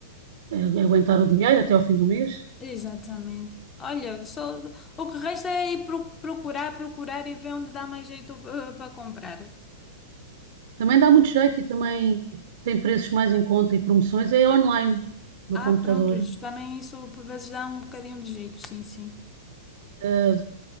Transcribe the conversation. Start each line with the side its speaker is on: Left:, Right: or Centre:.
Right: eh, agu- aguentar o dinheiro até ao fim do mês.
Left: Exatamente. Olha, só, o que resta é ir pro- procurar, procurar e ver onde dá mais jeito eh, para comprar.
Right: Também dá muito jeito e também tem preços mais em conta e promoções. É online, no
Left: Ah,
Right: computador.
Left: pronto, isso também isso por vezes dá um bocadinho de jeito, sim, sim.
Right: eh,